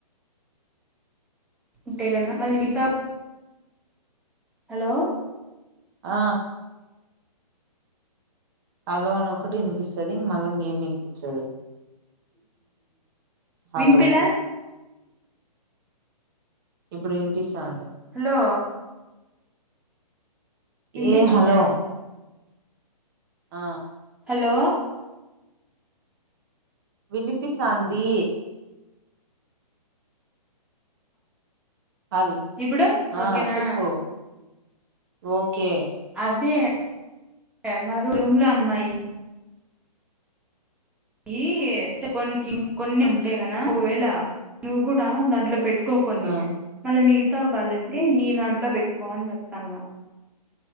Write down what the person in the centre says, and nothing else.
ఉంటే గాన మల మిగతా హలో
విన్పిలా
హలో వినిపిస్తుందా
హలో
ఇప్పుడు
ఓకేనా
అదే మా రూం రూమ్ లో అమ్మాయి. ఈ కొం ఇం కొన్ని ఉంటాయి గద ఒకవేళ నువ్ గూడా దాంట్లో పెట్. కో కొన్ని
మళ్ళా మిగతా కావలంటే నీ దాంట్లో పెట్కో అని జేప్తానా.